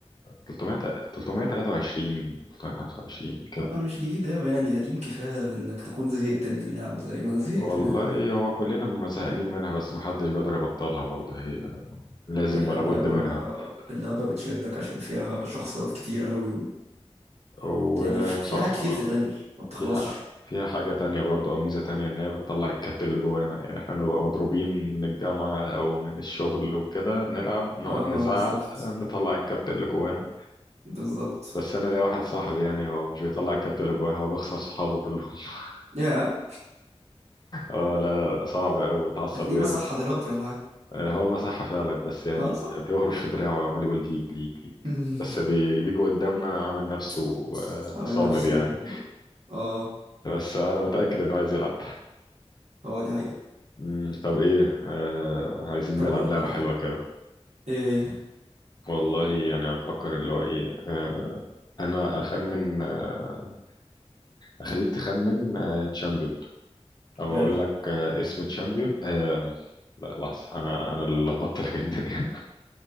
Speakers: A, on the left; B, on the right.
A: 300 323 325 كده
B: انا مش جديد اوي يعني قديم كفاية انك تكون زهقت من اللعبة زي ما انا زهقت
A: والله
B: منها
A: هو كلنا بنبقى زهقانين منها بس محدش بيقدر يبطلها برضه هي لازم
B: هي
A: ولا
B: اللعبة
A: بد منها
B: اللعبة بتشدك عشان فيها شخصيات كتير اوي و...
A: وبصراحة
B: يعني في- فيها حاجات كتير تتعمل ما بتخلصش
A: فيها فيها حاجة تانية برضو أو ميزة تانية إن هي بتطلع الكابت اللي جوانا يعني إحنا نبقى مضروبين من الجامعة أو من الشغل وكده نلعب نقعد
B: اه آه،
A: نزعق
B: بالظبط
A: نطلع الكابت اللي جوانا
B: بالظبط
A: بس أنا ليا واحد صاحبي يعني هو مش بيطلع الكابت اللي جواه هو بيخسر صحابه كلهم <laughs>
B: يا
A: اه لا لا لا صعب أوي بتعصب
B: هتلاقيه
A: جامد
B: مسحها دلوقتي ولا حاجة
A: آه، هو مساحة فعلا بس يعني
B: اه صح
A: بيهرش في دراعه وعمال يقول ليج ليج ليج
B: <laughs>
A: بس بي- بيجي قدامنا عامل نفسه آه،
B: عامل
A: صامد
B: نفسه
A: يعني
B: اه
A: بس أنا متأكد إنه عايز يلعب
B: هو دي حقيقة
A: مم، طب ايه آه عايزين
B: طب
A: نلعب
B: اقول لك
A: لعبة
B: على
A: حلوة
B: حاجة
A: كده
B: ايه هي
A: والله يعني بفكر اللي هو ايه آه انا اخمن آه اخليك تخمن آه تشامبيون او
B: حلو
A: اقول لك آه اسم تشامبيون آه لا لحظة انا انا اللي لخبطت لك الدنيا